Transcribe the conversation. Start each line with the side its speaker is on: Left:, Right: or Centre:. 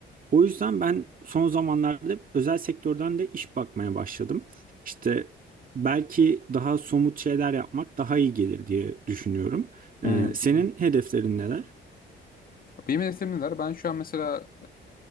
Right: O yüzden ben son zamanlarda özel sektörden de iş bakmaya başladım. İşte belki daha somut şeyler yapmak daha iyi gelir diye düşünüyorum.
Left: Hmm.
Right: Ee, senin hedeflerin neler?
Left: Benim hedeflerim neler? Ben şu an mesela